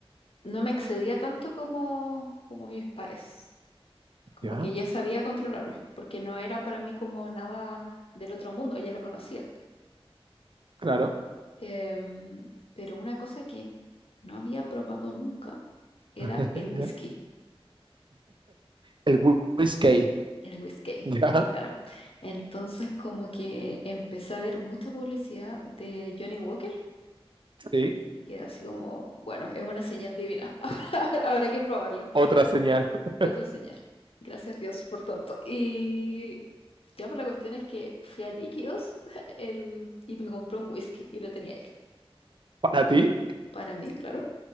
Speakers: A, on the left; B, on the right.
A: no me excedía tanto como, como mis pares. Como
B: ya,
A: que ya sabía controlarme, porque no era para mí como nada del otro mundo, ya lo conocía.
B: claro.
A: Em, pero una cosa que no había probado nunca era
B: <laughs>
A: el whisky,
B: Ya. El whi- whisky.
A: el whisky,
B: <laughs> Ya,
A: claro. Entonces como que empecé a ver mucha publicidad de Johnny Walker
B: sí.
A: y quedé así como, bueno, es una señal divina, <laughs> habrá que probarlo.
B: Otra señal.
A: Otra
B: <laughs>
A: señal. Gracias Dios por tanto. Y ya por la cuestión es que fui a Líquidos <laughs> el, y me compré un whisky y lo tenía ahí.
B: Para ti,
A: para mí, claro.